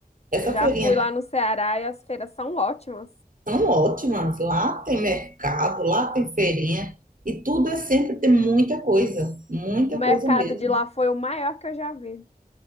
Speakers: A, on the right; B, on the left.
A: Essa
B: Eu já
A: feirinha
B: fui lá
A: é
B: no Ceará e as feiras são ótimas.
A: tão ótima. Lá tem mercado, lá tem feirinha. E tudo é sempre, tem muita coisa, muita
B: O mercado
A: coisa mesmo.
B: de lá foi o maior que eu já vi.